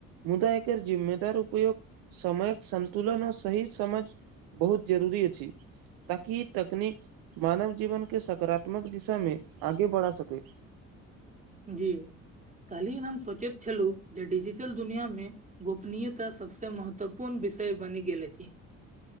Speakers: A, on the right; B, on the right.
A: मुदा एकर जिम्मेदार उपयोग समयक सन्तुलनओ सही समझ बहुत जरूरी अछि। ताकि तकनीक मानव जीवनके सकारात्मक दिशामे आगे बढ़ा सकै।
B: जी काली हम सोचैत छलहुँ जे डिजिटल दुनियामे गोपनीयता सबसे महत्वपूर्ण विषय बनि गेले अछि।